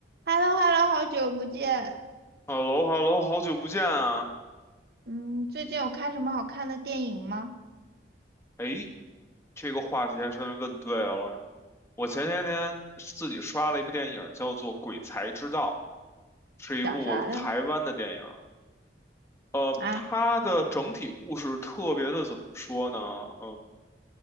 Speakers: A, on the right; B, on the left.
A: h e l l o h e l l o 好久不见。
B: h e l l o h e l l o 好久不见啊！
A: 嗯，最近有看什么好看的电影吗？
B: 哎，这个话题还真问对了。我前些天自己刷了一部电影，叫做《鬼才之道》，是一部台湾的电影。
A: 讲啥的
B: 呃，
A: 啊？
B: 它的整体故事特别的怎么说呢？嗯、